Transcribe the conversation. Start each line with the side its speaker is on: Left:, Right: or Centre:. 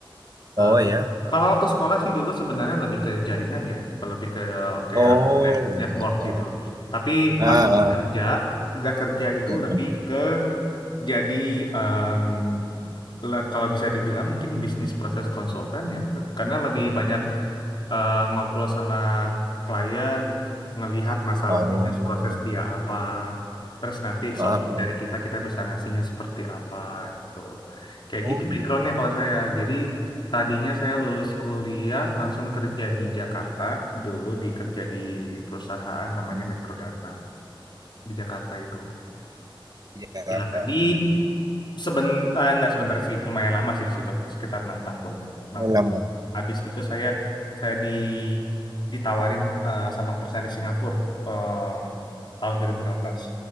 Right: Oh
Left: Eh,
Right: ya.
Left: kalau waktu sekolah sih dulu sebenarnya lebih ke jaringan ya, kalau lebih ke kayak
Right: Oh, gitu.
Left: network gitu. Tapi
Right: Ah,
Left: pas udah
Right: ah,
Left: kerja, udah kerja itu
Right: hmm.
Left: lebih ke jadi em, le- kalau bisa dibilang mungkin bisnis proses konsultan ya, <laughs> karena lebih banyak eh, ngobrol sama klien, ngelihat masalah
Right: oh,
Left: bisnis proses dia apa, terus nanti
Right: ah,
Left: solusi
Right: ah.
Left: dari kita kita bisa ngasihnya seperti apa gitu. Kayak
Right: oh
Left: gitu
Right: gitu.
Left: backgroundnya kalau saya. Jadi tadinya saya lulus kuliah langsung kerja di Jakarta, dulu dikerja di perusahaan namanya
Right: Hmm.
Left: Metro Data di Jakarta itu.
Right: Di Jakarta.
Left: Jadi Seben, eh, nggak sebentar sih, lumayan lama sih di situ, sekitar enam tahun, enam tahun.
Right: Lama.
Left: Habis itu saya saya di ditawarin eh, sama perusahaan di Singapura em, tahun dua ribu enam belas